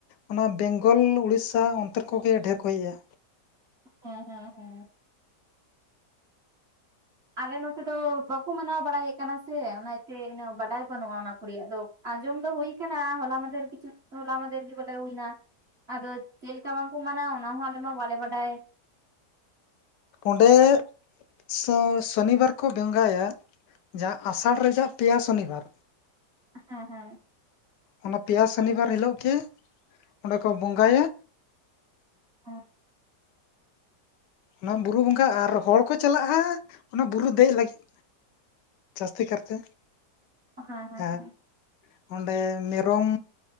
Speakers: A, on the left; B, on the right.
A: ᱚᱱᱟ ᱵᱮᱝᱜᱚᱞ ᱩᱳᱲᱤᱥᱥᱟ ᱚᱱᱛᱮᱱ ᱠᱚᱜᱮ ᱰᱷᱮᱨ ᱠᱚ ᱤᱭᱹᱼᱟ
B: ᱦᱮᱸ ᱦᱮᱸ ᱦᱮᱸ ᱟᱞᱮ ᱱᱚᱛᱮ ᱫᱚ ᱵᱟᱠᱚ ᱢᱟᱱᱟᱣ ᱵᱟᱲᱟᱭᱮᱫ ᱠᱟᱱᱟ ᱥᱮ ᱚᱱᱟ ᱛᱮ ᱤᱱᱟᱹᱜ ᱵᱟᱰᱟᱭ ᱵᱟᱹᱱᱩᱜᱼᱟ ᱚᱱᱟ ᱠᱚ ᱨᱮᱭᱟᱜ ᱫᱚ ᱟᱸᱡᱚᱢ ᱫᱚ ᱦᱩᱭ ᱟᱠᱟᱱᱟ ᱦᱚᱞᱟ ᱢᱟᱫᱷᱮᱨ ᱠᱤᱪᱷᱩ ᱦᱚᱞᱟ ᱢᱟᱫᱷᱮᱨ ᱜᱮ ᱵᱚᱞᱮ ᱦᱩᱭᱱᱟ ᱟᱫᱚ ᱪᱮᱫ ᱞᱮᱠᱟ ᱵᱟᱝᱠᱚ ᱢᱟᱱᱟᱣ ᱚᱱᱟ ᱦᱚᱸ ᱟᱞᱮ ᱢᱟ ᱵᱟᱞᱮ ᱵᱟᱰᱟᱭ᱾
A: ᱚᱸᱰᱮ ᱥᱚ ᱥᱚᱱᱤᱵᱟᱨ ᱠᱚ ᱵᱚᱸᱜᱟᱭᱟ ᱡᱟᱦᱟᱸ ᱟᱥᱟᱲ ᱨᱮᱭᱟᱜ ᱯᱮᱭᱟ ᱥᱚᱱᱤᱵᱟᱨ
B: ᱦᱮᱸ ᱦᱮᱸ
A: ᱚᱱᱟ ᱯᱮᱭᱟ ᱥᱚᱱᱤᱵᱟᱨ ᱦᱤᱞᱳᱜ ᱜᱮ ᱚᱸᱰᱮ ᱠᱚ ᱵᱚᱸᱜᱟᱭᱟ
B: <unintelligible>
A: ᱚᱱᱟ ᱵᱩᱨᱩ ᱵᱚᱸᱜᱟ ᱟᱨ ᱦᱚᱲ ᱠᱚ ᱪᱟᱞᱟᱜᱼᱟ ᱚᱱᱟ ᱵᱩᱨᱩ ᱫᱮᱡ ᱞᱟᱹᱜᱤᱫ ᱡᱟᱹᱥᱛᱤ ᱠᱟᱨᱛᱮ
B: ᱦᱮᱸ ᱦᱮᱸ
A: ᱟᱨ
B: ᱦᱮᱸ
A: ᱚᱸᱰᱮ ᱢᱮᱨᱚᱢ